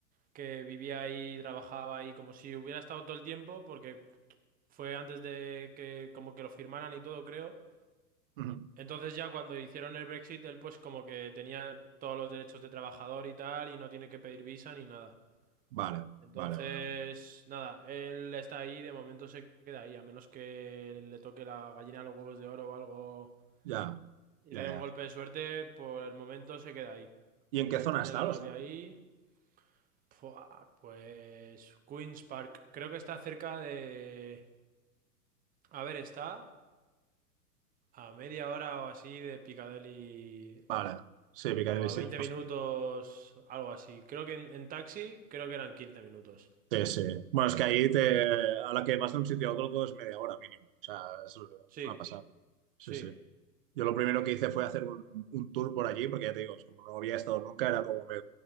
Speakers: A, on the right; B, on the right.
A: que vivía ahí, trabajaba ahí, como si hubiera estado todo el tiempo, porque fue antes de que como que lo firmaran y todo, creo.
B: Ujú.
A: Entonces ya cuando hicieron el Brexit, él pues como que tenía todos los derechos de trabajador y tal, y no tiene que pedir visa ni nada.
B: Vale,
A: Entonces,
B: vale, vale, vale.
A: nada, él está ahí, de momento se queda ahí, a menos que le toque la gallina a los huevos de oro o algo
B: Ya,
A: y
B: ya,
A: le da
B: ya.
A: un golpe de suerte, por el momento se queda ahí.
B: ¿Y en
A: Y
B: qué zona
A: tiene
B: está,
A: la
B: lo
A: novia
B: sabes?
A: ahí. Fua, pues Queen's Park. Creo que está cerca de... A ver, está a media hora o así de Piccadilly
B: Vale, sí, Piccadilly
A: o
B: Circus.
A: a 20 minutos, algo así. Creo que en, en taxi creo que eran 15 minutos.
B: Sí, sí. Bueno, es que ahí te, a la que vas de un sitio a otro todo es media hora mínimo. O sea, es,
A: Sí,
B: es una pasada. Sí,
A: sí,
B: sí. Yo lo primero que hice fue hacer un, un tour por allí, porque ya te digo, es como no había estado nunca, era como me,